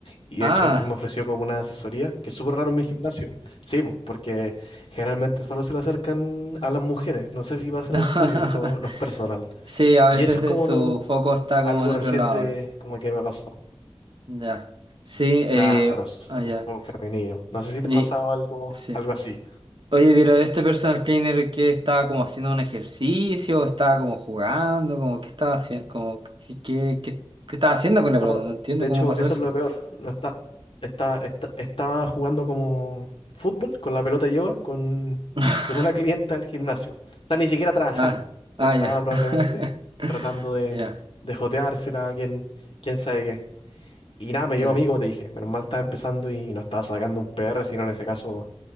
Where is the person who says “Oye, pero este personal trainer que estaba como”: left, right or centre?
Right